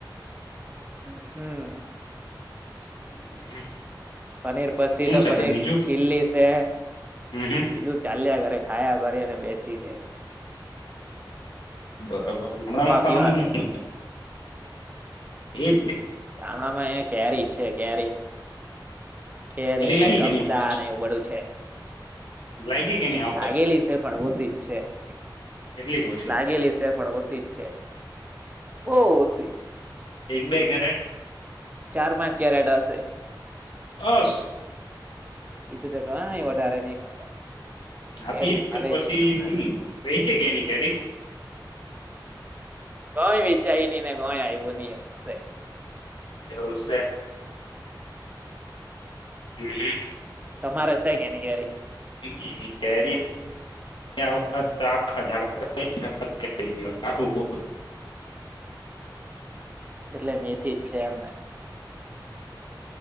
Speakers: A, on the right (about 20°); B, on the left (about 80°).
A: હ, હમ.
B: વાત
A: પનીર પી
B: શું
A: તો
B: ચાલે
A: પનીર
B: બીજું
A: ચિલ્લી છે.
B: હમ હમ
A: ઈતો ચાલ્યા કરે. ખાયા કરીને બેસી ને,
B: બરાબર હમણાંમાં ખાવાનું,
A: પીવાનું વરી
B: એ,
A: ગામડા માં એ કેરી છે કેરી. કેરી,
B: લાગી
A: કમદા
B: કે નઈ આ વખત
A: એવું બધું છે.
B: લાગી કે નઈ આ વખત
A: લાગેલી છે પણ ઓશી જ છે. હ,
B: કેટલીક ઓછી
A: લાગેલી છે પણ ઓશી જ છે. બો ઓશી.
B: એક બે કેરેટ,
A: ચાર પાંચ, કેરેટ હસે.
B: બસ
A: ઈતો હા એ વધારે નહી, મળે
B: આટલી
A: કેરી
B: જ
A: મળે
B: તો પછી
A: નહી હમણાં
B: હમ વેચઈ ગઈ એની કેરી
A: કઈ વેચાઈ નહી, ને કોઈ આયવુ નહી, એવું સે
B: એવું છે
A: <unintelligible>
B: હમ
A: તમારે સા કે નને કે્યારે <unintelligible>
B: કે <unintelligible> વખત આ <inaudible>
A: એટલે મેંથી જ છે, એમને